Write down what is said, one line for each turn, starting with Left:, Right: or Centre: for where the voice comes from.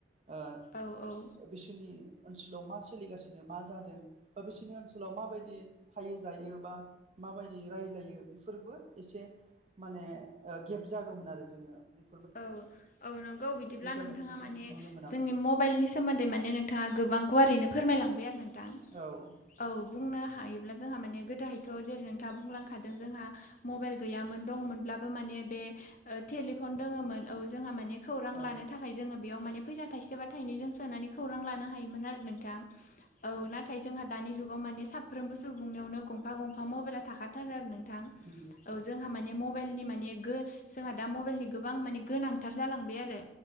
Right: ओ
Left: औ औ
Right: बिसोरनि ओनसोलाव मा सोलिगासिनो मा जादों बा बिसोरनि ओनसोलाव माबायदि थायो जायो बा माबायदि रायलायो बेफोरबो एसे माने गेब जागौमोन आरो जोङो बे
Left: औ औ नंगौ बिदिब्ला
Right: इन्टारनेटफोरजों
Left: नोंथाङा माने
Right: नुनो मोनामोनब्ला
Left: जोंनि मबाइलनि सो सोमोन्दै माने नोंथाङा गोबांखौ ओरैनो फोरमायलांबाय आरो नोंथां
Right: औ
Left: औ बुंनो हायोब्ला जोंहा माने गोदोहायथ' जेरै नोंथाङा बुंलांखादों जोंहा मबाइल गैयामोन दंमोनब्लाबो माने बे टेलिफन दोङोमोन औ जोंहा माने खौरां
Right: औ
Left: लानो थाखाय जोङो बेयाव माने फैसा थाइसेबा थाइनै जों सोनानै खौरां लानो हायोमोन आरो नोंथां औ नाथाय जोंहा दानि जुगाव माने साफ्रोमबो सुबुंनियावनो गंफा गंफा मबाइला थाखाथारो आरो नों थां
Right: नंगौ
Left: औ जोंहा माने मबाइलनि माने गो जोंहा दा मबेलनि गोबां माने गोनांथार जालांबाय आरो